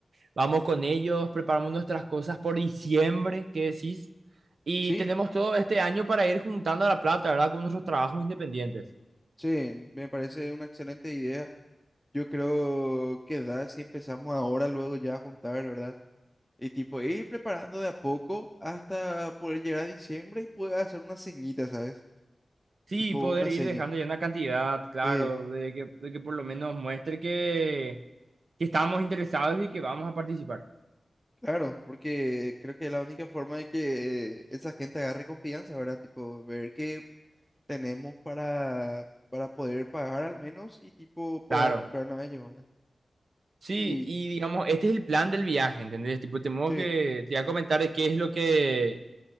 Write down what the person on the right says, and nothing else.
Vamos con ellos, preparamos nuestras cosas por diciembre, ¿qué decís? Y
tenemos todo este año para ir juntando la plata, ¿verdad? Con nuestros trabajos independientes.
Sí,
poder
ir
dejando ya una cantidad, claro,
de que, de que por lo menos muestre que, que estamos interesados y que vamos a participar.
Claro.
Sí,
y digamos, este es el plan del viaje, ¿entendés? Tipo, tenemos
que, te voy a comentar de qué es lo que,